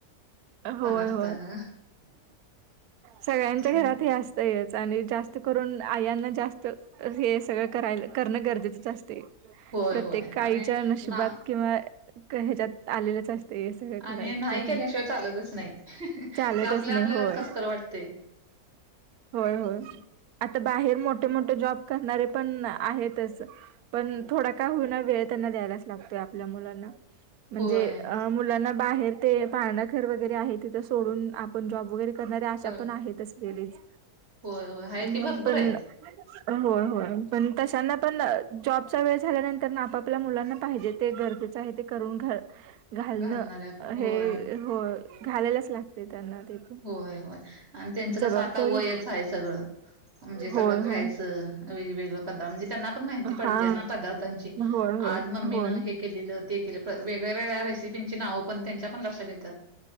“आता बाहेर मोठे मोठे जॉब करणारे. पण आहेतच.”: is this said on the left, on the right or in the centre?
Right